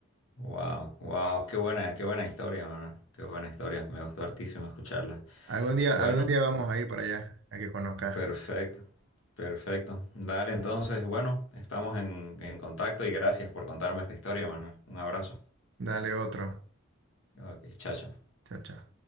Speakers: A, on the left; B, on the right.
A: Wow, wow, qué buena, qué buena historia, Manuel. Qué buena historia. Me gustó hartísimo escucharla.
B: Algún día,
A: Bueno.
B: algún día vamos a ir para allá, a que conozcas.
A: Perfecto, perfecto. Dale, entonces, bueno, estamos en, en contacto y gracias por contarme esta historia, Manuel. Un abrazo.
B: Dale otro.
A: Ok, chao, chao.
B: Chao, chao.